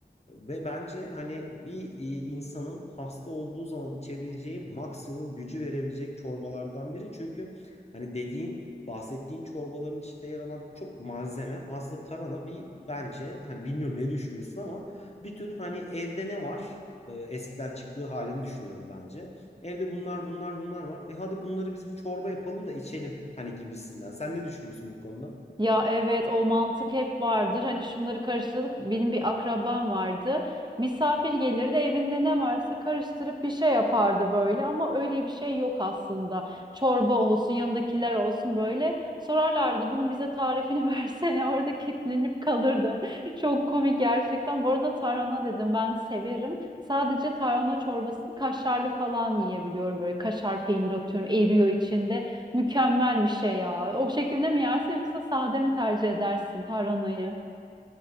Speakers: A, on the left (about 40°); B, on the right (about 25°).
A: ve bence hani bir e, insanın hasta olduğu zaman içebileceği maksimum gücü verebilecek çorbalardan biri. Çünkü hani dediğin bahsettiğin çorbaların içinde yer alan birçok malzeme aslında tarhana bir bence hani bilmiyorum ne düşünüyorsun ama bir tür hani evde ne var? Ee, eskiden çıktığı halini düşünüyorum bence. Evde bunlar bunlar bunlar var. E hadi bunları biz bir çorba yapalım da içelim hani gibisinden. Sen ne düşünüyorsun bu konuda?
B: Ya evet o mantık hep vardır. Hani şunları karıştırıp benim bir akrabam vardı. Misafir gelirdi evinde ne varsa karıştırıp bir şey yapardı böyle ama öyle bir şey yok aslında. Çorba olsun yanındakiler olsun böyle sorarlardı bunun bize tarifini <laughs> versene orada kilitlenip kalırdı. <laughs> Çok komik gerçekten. Bu arada tarhana dedim ben severim. Sadece tarhana çorbasını kaşarlı falan yiyebiliyorum böyle kaşar peynir atıyorum eriyor içinde. Mükemmel bir şey ya. O şekilde mi yersin yoksa sade mi tercih edersin tarhanayı?